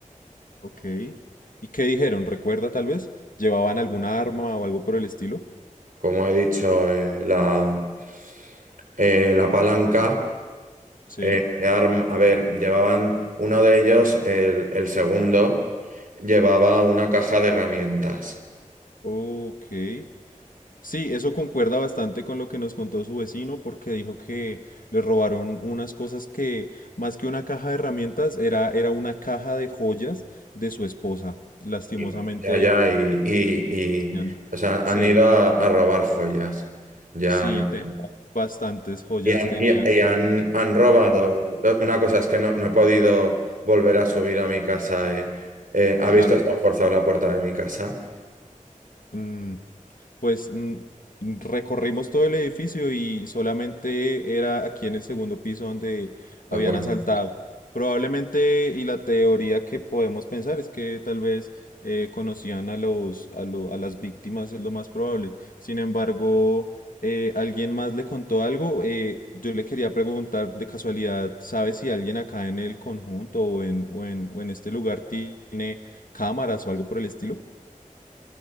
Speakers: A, on the left; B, on the right.
A: Ok. ¿Y qué dijeron? ¿Recuerda tal vez? ¿Llevaban alguna arma o algo por el estilo?
B: Como he dicho, eh, la, eh, la palanca
A: Sí.
B: eh, de arm- a ver, llevaban uno de ellos, el, el segundo, llevaba una caja de herramientas.
A: Ok. Sí, eso concuerda bastante con lo que nos contó su vecino, porque dijo que le robaron unas cosas que, más que una caja de herramientas, era, era una caja de joyas de su esposa. Lastimosamente,
B: Y no, Ya, ya, y, y,
A: tenían-
B: y, o sea,
A: sí,
B: han ido a, a robar joyas. Ya,
A: sí, te-
B: y,
A: bastantes joyas
B: y han,
A: tenían.
B: y- y han, han robado. Una cosa es que no, no he podido volver a subir a mi casa. eh. Eh, ¿ha visto
A: Claro,
B: que ha forzado la puerta de mi casa?
A: mm, Pues mm, recorrimos todo el edificio y solamente era aquí en el segundo piso donde
B: ¿De
A: habían
B: acuerdo?
A: asaltado. Probablemente, y la teoría que podemos pensar es que tal vez eh, conocían a los, a lo- a las víctimas, es lo más probable. Sin embargo, eh, alguien más le contó algo. eh, yo le quería preguntar de casualidad, ¿sabes si alguien acá en el conjunto o en, o en, o en este lugar tiene cámaras o algo por el estilo?